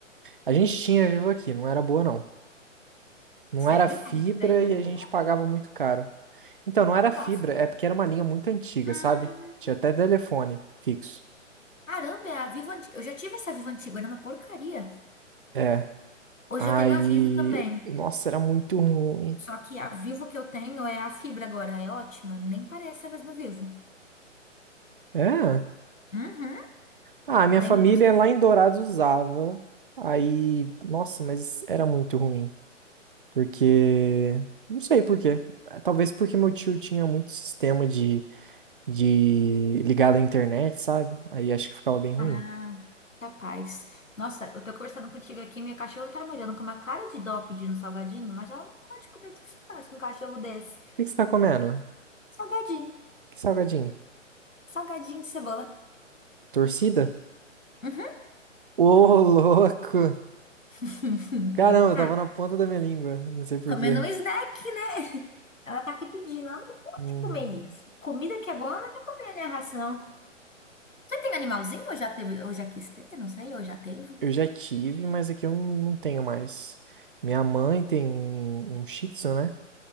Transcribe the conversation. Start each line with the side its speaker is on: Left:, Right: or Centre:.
Right: A gente tinha Vivo aqui, não era boa, não. Não
Left: Sério?
Right: era fibra
Left: que A rede daí não
Right: e
Left: era
Right: a
Left: boa?
Right: gente pagava muito caro. Então, não era
Left: Nossa.
Right: fibra, é porque era uma linha muito antiga,
Left: Hum.
Right: sabe? Tinha até telefone fixo.
Left: Caramba, é a Vivo antiga. Eu já tive essa Vivo antiga, era uma porcaria.
Right: É.
Left: Hoje
Right: Aí.
Left: eu tenho a Vivo também.
Right: Nossa, era muito ruim.
Left: Só que a Vivo que eu tenho é a fibra agora, é ótima. Nem parece a mesma Vivo.
Right: É.
Left: Uhum.
Right: Ah, minha
Left: Além
Right: família
Left: de você.
Right: lá em Dourados usava. Aí. Nossa, mas era muito ruim. Porque. Não sei por quê. É, Talvez porque meu tio tinha muito sistema de, de ligado à internet, sabe? Aí acho que ficava bem ruim.
Left: Ah,
Right: O
Left: capaz. Nossa, eu tô conversando contigo aqui, minha cachorra tá me olhando com uma cara de dó pedindo salgadinho, mas ela não pode comer. O que que você faz com um cachorro desse?
Right: que que você tá comendo?
Left: Salgadinho.
Right: Que salgadinho?
Left: Salgadinho de cebola.
Right: Torcida?
Left: Uhum.
Right: Ô, louco!
Left: <laughs>
Right: Caramba, eu
Left: Ah,
Right: tava na ponta da minha língua, não sei por
Left: comendo
Right: quê.
Left: um snack, né? Ela tá aqui pedindo, ela não pode
Right: Hum,
Left: comer isso. Comida que é boa, ela tem que comer, né? Ração. Você tem animalzinho ou já teve, ou já quis ter? Não sei, ou já teve?
Right: Eu já tive, mas aqui eu não não tenho mais. Minha mãe tem um, um Shih Tzu, né?